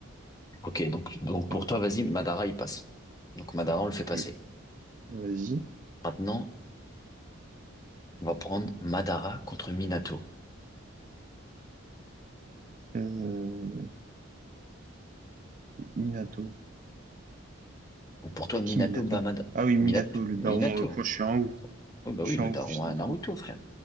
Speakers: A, on the left; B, on the right.
A: Ok, donc, donc
B: Voilà.
A: pour toi, vas-y, Madara, il passe. Donc Madara, on le fait passer.
B: Euh, Vas-y.
A: Maintenant, on va prendre Madara contre Minato.
B: Euh, Minato.
A: Donc pour toi,
B: C'est
A: Minato
B: qui Minato?
A: bat Mad-
B: Ah oui, Minato,
A: Minato.
B: le
A: Minato.
B: daron. euh, je suis un ouf.
A: Oh, bah
B: Je
A: oui,
B: suis
A: le
B: un
A: daron
B: ouf, j'ai
A: à
B: des trous.
A: Naruto, frère.